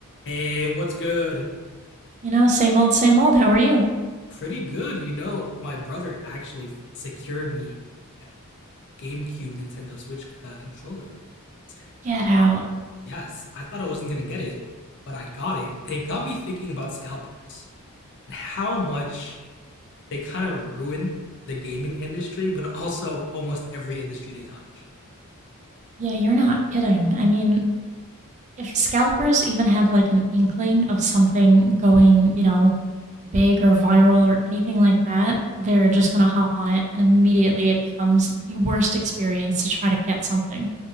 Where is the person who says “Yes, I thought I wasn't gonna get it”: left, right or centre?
Left